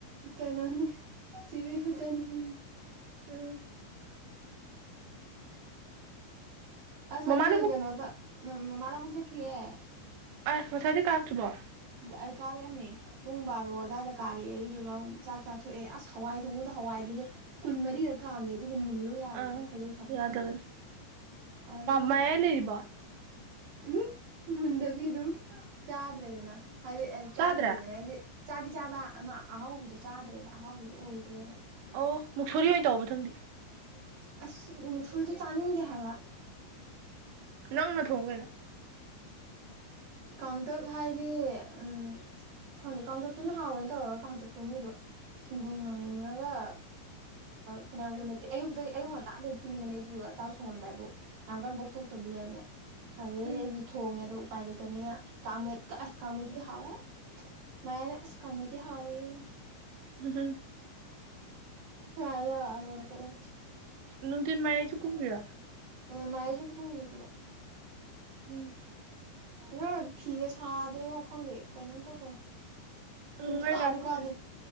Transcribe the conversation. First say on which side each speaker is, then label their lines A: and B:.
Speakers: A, on the right; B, on the right.
A: ꯀꯩꯅꯣꯅꯦ ꯆꯦ ꯕꯦ ꯃꯆꯥꯅꯨꯄꯤꯅꯤ
B: ꯎꯝ
A: ꯑꯁ
B: ꯃꯃꯥꯅꯕꯨ
A: ꯑꯈꯣꯏ ꯀꯩꯅꯣꯗ ꯃꯥꯃꯥ ꯂꯥꯕꯨꯛ ꯆꯠꯈꯤꯌꯦ
B: ꯑꯁ ꯉꯁꯥꯏꯗꯩ ꯀꯥꯔꯛꯇ꯭ꯔꯤꯕꯣ
A: ꯑꯩ ꯀꯔꯛ ꯑꯝꯃꯦ ꯄꯨꯡ ꯕꯥꯔꯣ ꯑꯗꯨꯋꯥꯏꯗ ꯀꯥꯔꯛꯑꯦ ꯑꯗꯨꯗꯨꯒ ꯆꯥꯛ ꯆꯥꯊꯣꯛꯑꯦ ꯑꯁ ꯍꯋꯥꯏ ꯊꯣꯡꯕꯗꯣ ꯍꯋꯥꯏꯗꯨꯗ ꯀꯨꯟꯃꯔꯤꯔꯛ ꯀꯥꯝꯃꯦ ꯑꯗꯨꯒ ꯃꯨꯟꯂꯣ ꯌꯥꯗꯅ
B: ꯑꯥ
A: ꯈꯣꯏꯗꯧ ꯁꯥꯎꯒꯠꯇꯅ
B: ꯌꯥꯗꯕꯅꯤ
A: ꯑꯗꯨꯝ
B: ꯃꯌꯥꯏ ꯂꯩꯔꯤꯕꯣ
A: ꯎꯝ ꯃꯨꯟꯗꯕꯤ ꯑꯗꯨꯝ ꯆꯥꯗ꯭ꯔꯦꯗꯅ ꯍꯥꯏꯗꯤ
B: ꯆꯥꯗ꯭ꯔꯦ
A: ꯆꯥꯗ꯭ꯔꯦꯗꯅ ꯍꯥꯏꯗꯤ ꯆꯥꯗꯤ ꯆꯥꯕ ꯑꯃ ꯑꯍꯥꯎꯕꯤꯗꯣ ꯆꯥꯗ꯭ꯔꯦꯕ ꯑꯍꯥꯎꯕꯤꯗꯣ ꯑꯣꯏꯗ꯭ꯔꯦꯕ <unintelligible>
B: ꯑꯣ ꯃꯨꯛꯁꯣꯔꯤ ꯑꯣꯏꯅ ꯇꯧ ꯃꯊꯪꯗꯤ
A: ꯑꯁ ꯃꯨꯁ‌ꯣꯔꯤꯗꯤ ꯆꯥꯅꯤꯡꯗꯦ ꯍꯥꯏꯕ
B: ꯅꯪꯅ ꯊꯣꯡꯉꯨ ꯀꯩꯅꯣ
A: ꯀꯥꯡꯇꯛ ꯍꯥꯏꯗꯤ꯫ ꯎꯝ ꯈꯪꯗ‌ꯦ ꯀꯥꯡꯇꯛꯇꯨꯅ ꯍꯥꯎꯋꯦꯅ ꯇꯧꯔꯒ ꯀꯥꯡꯇꯛꯇꯨ ꯃꯣꯏꯗꯣ ꯁꯨꯡꯒꯪꯅꯔꯒ꯫ ꯐꯅꯌꯥꯝ ꯀꯨꯏꯅꯗꯤ ꯑꯌꯨꯛꯇꯒꯤ ꯑꯌꯨꯛ ꯉꯟꯇꯥꯗꯒꯤ ꯇꯤꯡꯕꯅꯦ ꯑꯗꯨꯗꯨꯒ ꯆꯥꯛ ꯊꯣꯡꯉꯝꯗꯥꯏꯕꯧ꯫ ꯌꯥꯝ ꯀꯟꯅ ꯄꯣꯛꯊꯣꯛꯇꯕꯤ ꯂꯩꯔꯝꯃꯦ꯫ ꯑꯗꯨꯗꯩꯗꯤ
B: ꯎꯝ
A: ꯑꯩꯁꯨ ꯊꯣꯡꯉꯦ ꯑꯗꯨ ꯎꯄꯥꯏ ꯂꯩꯇꯥꯕꯥꯅꯤꯅ ꯀꯥꯃꯦꯠꯀꯥ ꯑꯩꯗꯤ ꯍꯥꯎꯋꯦ ꯃꯌꯥꯏꯅ ꯑꯁ ꯈꯪꯃ‌ꯦꯠꯇꯤ ꯍꯥꯎꯔ‌ꯦꯌ‌ꯦ
B: <unintelligible>
A: <unintelligible>
B: ꯅꯨꯡꯇꯤꯟ ꯃꯥꯌꯥꯏꯁꯨ ꯀꯨꯝꯒꯔꯤꯔꯣ꯫
A: ꯎꯝ ꯃꯌꯥꯏꯁꯨ ꯀꯨꯝꯈꯤ ꯄꯨꯂꯞ
B: ꯎꯝ
A: ꯅꯪ ꯐꯤꯒꯥ ꯁꯥꯗꯦꯉꯣ ꯈꯪꯗꯦ ꯀꯩꯅꯣꯝ ꯏꯇꯧ ꯇꯧꯔꯦ ꯅꯨꯡꯊꯤꯟ
B: ꯎꯝ
A: ꯁꯨꯡꯀꯥꯁꯨ
B: ꯑꯩ ꯂꯥꯛꯑ ꯆꯥꯔꯁꯤ
A: ꯀꯥꯗꯦ